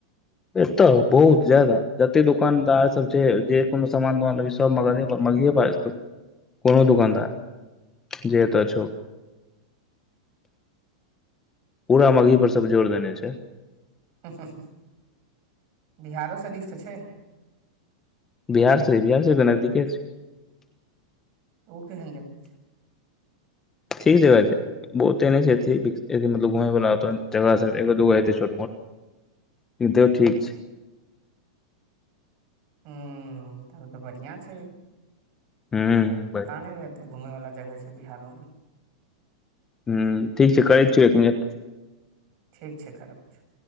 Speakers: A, on the left; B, on the right.
A: एतअ बहुत ज्यादा जते दुकानदार सब छै जे कोनो सामान तामान लेबही सब मगधे सब मगहीये बाजतो कोनो दुकानदार जे अतअ छौ पूरा मगही पर सब जोर देने छै
B: हुँ हुँ हुँ बिहारो सरिफ तऽ छै
A: बिहार सरीफ बिहार सरीफ तऽ नदिके छै
B: ओक केहैन जगह छै
A: ठीक जमह छै बहुते नहि छै अथि बिक मतलब घूमै वला ओतअ जगह सब एगो दूगो होतै छोट मोट लेकिन तयै ठीक छै
B: हुँ तब तऽ बढ़ीआ छै
A: हूँ
B: पता नहि रहतै घूमय वाला जगह छै बिहारो मे
A: हुँ ठीक छै करैै छियै एक मिनट
B: ठीक छै कर <unintelligible>